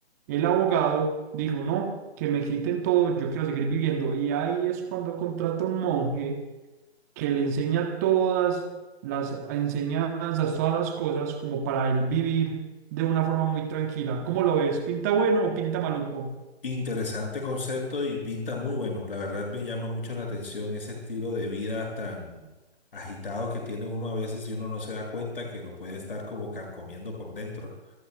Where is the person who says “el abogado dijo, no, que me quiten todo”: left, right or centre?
Right